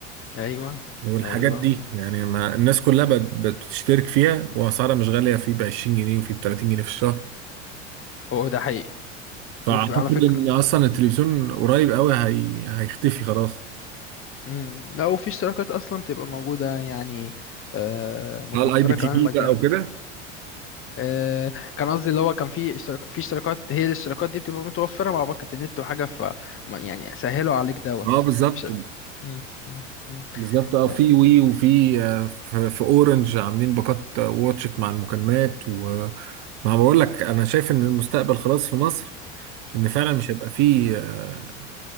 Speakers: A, on the left (about 35°); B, on the right (about 55°).
A: ايوه
B: والحاجات
A: ايوه
B: دي يعني ما الناس كلها بقت بتشترك فيها وأسعارها مش غالية في ب 20 جنيه وفي ب 30 جنيه في الشهر
A: هو ده حقيقي
B: فأعتقد
A: وفي على فكرة
B: إن أصلا التلفزيون قريب قوي هي... هيختفي خلاص
A: مم. لا وفي اشتراكات اصلا بتبقى موجودة يعني آه، متوفرة
B: على الاي بي تي
A: كمان
B: في
A: مجانا
B: بقى وكده
A: آه، كان قصدي اللي هو كان في اشتراك في اشتراكات هي الاشتراكات دي بتبقى متوفرة مع باقة النت وحاجة ف ما- يعني سهلوا عليك دوت
B: اه بالظبط
A: مش مم. مم. مم.
B: بالظبط اه في
A: آه،
B: وي وفي آه، في في اورنج عاملين باقات آه، واتشت مع المكالمات وما بقول لك انا شايف ان المستقبل خلاص في مصر ان فعلا
A: مم.
B: مش هيبقى فيه آه،